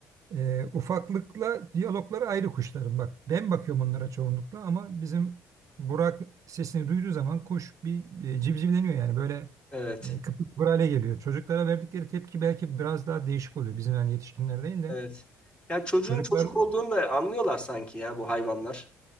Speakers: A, on the right (about 55°); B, on the left (about 15°).
A: E, ufaklıkla diyalogları ayrı kuşların. Bak ben bakıyorum onlara çoğunlukla ama bizim Burak sesini duyduğu zaman kuş bir e, civcivleniyor yani böyle
B: evet
A: e, kıpır kıpır hale geliyor. Çocuklara verdikleri tepki belki biraz daha değişik oluyor. Bizim yani yetişkinler değil de
B: evet. Ya çocuğun
A: çocuklar
B: çocuk olduğunu da anlıyorlar sanki ya bu hayvanlar.